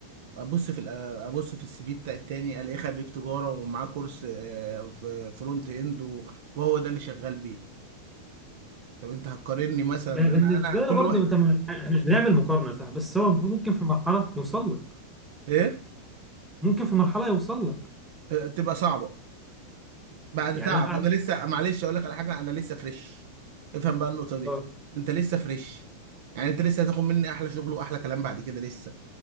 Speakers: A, on the right (about 50°); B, in the centre.
A: ابص في ال- ابص في السي في بتاع التاني الاقيه خريج تجاره ومعاه كورس آه، في فرونت اند و- وهو ده اللي شغال بيه طب انت هتقارني مثلا
B: ده بالنسبه
A: انا انا كل
B: لي برضه
A: واحد
B: انت من- احنا مش بنعمل مقارنه صح بس هو ممكن في مرحله يوصل لك
A: ايه
B: ممكن في مرحله يوصل لك
A: آه، تبقى صعبه بعد
B: يعني
A: تعب
B: أنا-
A: انا لسه معلش اقول لك على حاجه انا لسه فريش افهم بقى النقطه دي
B: اه
A: انت لسه فريش يعني انت لسه هتاخد مني احلى شغل واحلى كلام بعد كده لسه